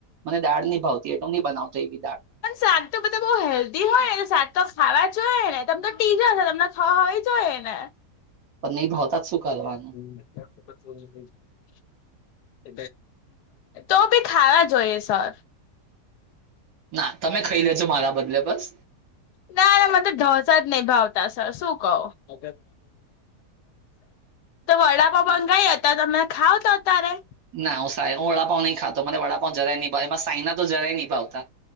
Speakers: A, on the right (about 60°); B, on the left (about 75°).
A: મને દાળની ભાવતી એ તો ની બનાવતો એવી દાળ
B: પણ શાક તો બધા બો હેલ્ધી હોય ને શાક તો ખાવા જોઈ ને તમ તો ટીચર તમને છે, હોય જોય ને.
A: પણની ભાવતા શું કરવાનું
B: <inaudible> તો ભી ખાવા જોઈએ સર
A: ના તમે ખાઈ લેજો મારા બદલે બસ
B: ના ના મનેતો ઢોસા જ નહી ભાવતા સર શું કહો તો વડાપાવ મંગાય હતા તમે ખાવ તો અત્યારે
A: ના હું સા હું વડાપાવ નય ખાતો મને વડાપાવ જરાય ની ભાવે સાઈના તો જરાયની ભાવતા